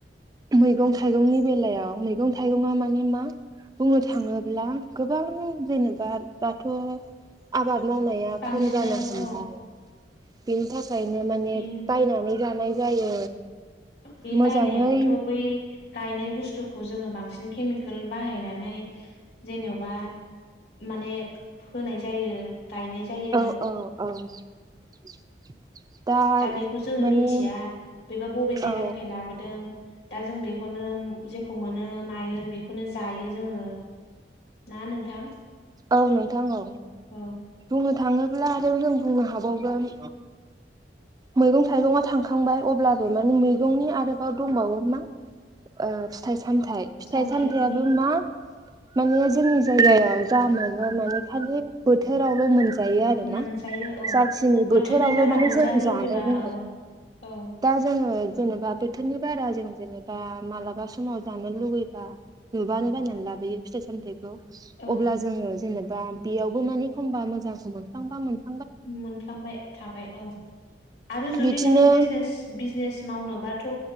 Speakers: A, on the right (about 20°); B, on the left (about 70°).
A: मैगं थाइगंनि बेलायाव मैगं थाइगंआ माने मा बुंनो थाङो गोबां जेनेबा दाथ' आबाद मावनाया
B: बांसिनानो
A: खम जानो हमबाय
B: औ
A: बेनि थाखायनो माने
B: बिन
A: बायनानै जानाय जायो
B: बे
A: मोजाङै
B: बायनायावनोथ' बै गायनाय बुसथुखौ जोङो बांसिन केमिकेल बाहायनानै जेनेबा माने फोनाय जायो गायनाय जायो
A: औ औ औ
B: दा बेखौ जोङो
A: माने
B: मिथिया बेबा बबे जायगानिफ्राय
A: औ
B: लाबोदों दा जों बेखौनो जेखौ मोनो मायो बेखौनो जायो जोङो ना नोंथां
A: औ नोंथां औ
B: औ
A: बुंनो थाङोब्ला आरो जों बुंनो हाबावगोन मैगं थाइगंया थांखांबाय अब्लाबो माने मैगंनि आरोबाव दंबावो मा ओ फिथाइ सामथाइ फिथाइ
B: सामथाइफोरनि
A: सामथायाबो मा माने जोंनि जायगायाव जा मोनो माने खालि बोथोरावल' मोन- जायो आरोना
B: मोनजायो औ
A: जाखिनि
B: बोथोरनि
A: बोथोरावल'
B: बारा
A: माने
B: मोनजानो
A: जों
B: लुबैबा
A: जानो रोङो।
B: औ औ
A: दा जोङो जेनेबा बोथोरनि बारा जों जेनेबा मालाबा समाव जानो लुुबैबा नुबानो बायनानै लाबोयो फिथाइ सामथाइखौ
B: औ
A: अब्ला जोङो जेनेबा बेयावबो मानि एखमबा मोजांखौ मोनफ्लांबा मोन-
B: मोनफ्लांबाय थाबाय औ आरो जुदि
A: बिदिनो
B: नोङो बिजनेस बिजनेस मावनोबाथ'